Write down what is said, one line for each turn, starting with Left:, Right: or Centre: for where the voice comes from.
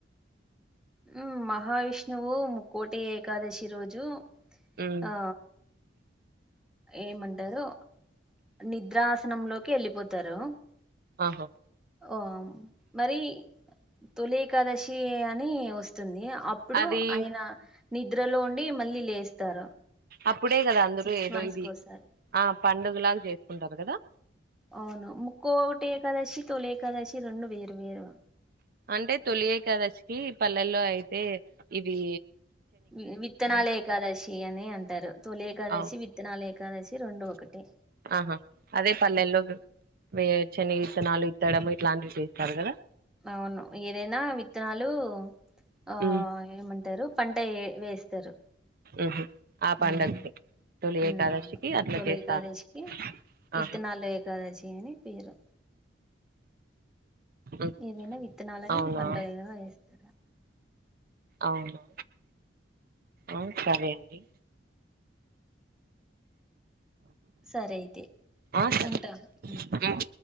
Centre: ఉమ్ మహావిష్ణువు ముక్కోటి ఏకాదశి రోజు
Right: మ్మ్
Centre: ఆ ఏమంటారో నిద్రాసనంలో వెళ్ళిపోతారు
Right: ఆహా
Centre: ఓ మరి తొలిఏకాదశి అని వస్తుంది అప్పుడు
Right: అది
Centre: అయిన నిద్రలో ఉండి మళ్ళీ లేస్తారు
Right: అప్పుడే కదా అందరు
Centre: సిక్స్
Right: ఏదో
Centre: మంత్స్
Right: ఇది
Centre: కోసారి
Right: ఆ పండుగలాగా చేసుకుంటారు వు కదా
Centre: అవును ముక్కోటి ఏకాదశి తొలి ఏకాదశి రెండు వేరు వేరు
Right: అంటే తొలిఏకాదశికి పల్లెల్లో అయితే ఇది
Centre: వి విత్తనాల ఏకాదశి అని అని అంటారు తొలి ఏకాదశి
Right: అవు
Centre: విత్తనాలు ఏకాదశి రెండు ఒకటి
Right: ఆహా అదే పల్లెల్లో వే శనగ విత్తనాలు ఇత్తడము ఇట్లాంటివి చూస్తారు కదా
Centre: అవును ఏదైనా విత్తనాలు ఆ
Right: ఉమ్
Centre: ఏమంటారు పంట వే వేస్తారు
Right: ఉహు ఆ పడుగకి
Centre: ఉమ్,
Right: తొలి
Centre: ఉమ్,
Right: ఏకాదశికి
Centre: అవును
Right: అట్లా
Centre: తొలి
Right: చేస్తారు
Centre: ఏకాదశికి విత్తనాలు
Right: ఆహా
Centre: ఏకాదశి అని పేరు
Right: ఉమ్,
Centre: ఏవైనా విత్తనాలని
Right: అవునా
Centre: పంటదేగర వేస్తార
Right: అవునా ఆ సరే అండి
Centre: సరే అయితే
Right: ఆ సరే
Centre: ఉంటా హుమ్
Right: ఉమ్.